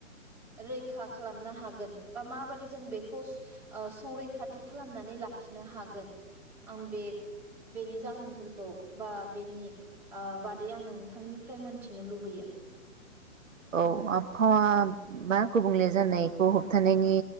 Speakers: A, in the centre; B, on the right.
A: रैखा खालामनो हागोन? बा माबोरै जों बेखौ ओ संरैखाथि खालामनानै लाखिनो हागोन आं बे बेनि जाहोनफोरखौ बा बेनि ओ बादै आं नोंथांनिफ्राय मोनथिनो लुबैयो।
B: औ आबहावा मा गुबुंले जानायखौ होबथानायनि